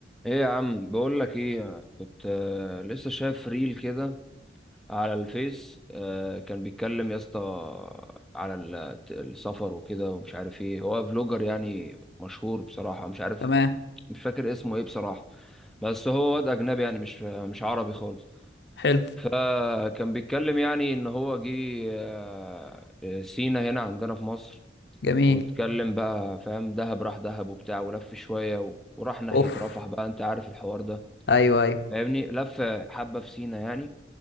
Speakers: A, in the centre; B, on the left.
A: ايه يا عم بقول لك ايه كنت آه، لسه شايف ريل كده على الفيس آه، كان بيتكلم يا اسطى على ال- السفر وكده ومش عارف ايه هو فلوجر يعني مشهور بصراحة مش عارف
B: تمام
A: مش فاكر اسمه ايه بصراحة بس هو واد اجنبي يعني مش مش عربي خالص
B: حلو
A: فكان بيتكلم يعني ان هو جه آه، آه، سينا هنا عندنا في مصر
B: جميل
A: واتكلم بقى فاهم دهب راح دهب وبتاع ولف شوية و- وراح ناحية
B: اوف
A: رفح بقى انت عارف الحوار ده
B: ايوه ايوه
A: فاهمني لف حبة في سينا يعني